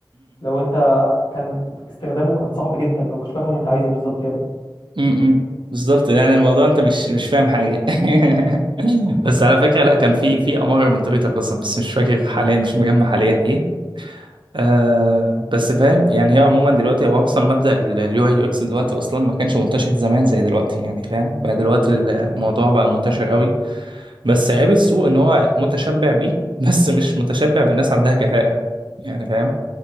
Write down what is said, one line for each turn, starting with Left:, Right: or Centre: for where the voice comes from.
Left: لو انت كان استخدامه كان صعب جدا لو كنتش فاهم انت عايز ايه بالظبط يا ابني
Right: امم بالظبط يعني الموضوع انت مش مش فاهم حاجه <laughs> بس على فكره لا كان في في اماره من تويتر اصلا بس مش فاكر حاليا مش مجمع حاليا ايه آه بس فاهم يعني هي عموما دلوقتي هو اصلا مبدا اليو اي يو اكس دلوقتي اصلا ما كانش منتشر زمان زي دلوقتي يعني فاهم بقى دلوقتي الموضوع بقى منتشر قوي بس عيب السوق ان هو متشبع بيه <laughs> بس مش متشبع بالناس عندها كفاءه يعني فاهم